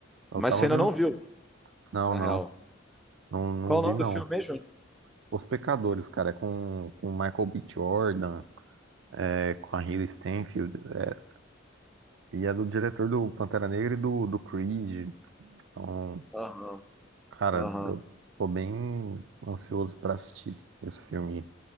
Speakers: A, on the right; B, in the centre.
A: Eu
B: Mas
A: tava
B: você
A: vendo.
B: ainda não viu,
A: Não,
B: na
A: não,
B: real.
A: não, não
B: Qual
A: vi
B: o nome
A: não.
B: do filme mesmo?
A: Os Pecadores, cara, é com, com o Michael B. Jordan, é, com a Haley Stenfield, é, e é do diretor do Pantera Negra e do, do Creed. Então,
B: Aham,
A: cara,
B: aham.
A: eu tô bem ansioso pra assistir esse filme.